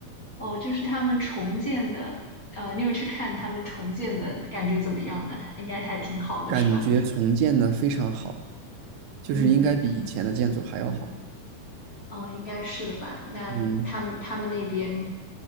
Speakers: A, on the left (about 55°); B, on the right (about 85°).
A: 哦，就是他们重建的，呃，你有去看他们重建的感觉怎么样呢？应该还挺好的，
B: 感觉重建的非常好，
A: 是吧？
B: 就是应该比以前的建筑还要好，
A: 嗯。哦，应该是的吧？那他们他们那边
B: 嗯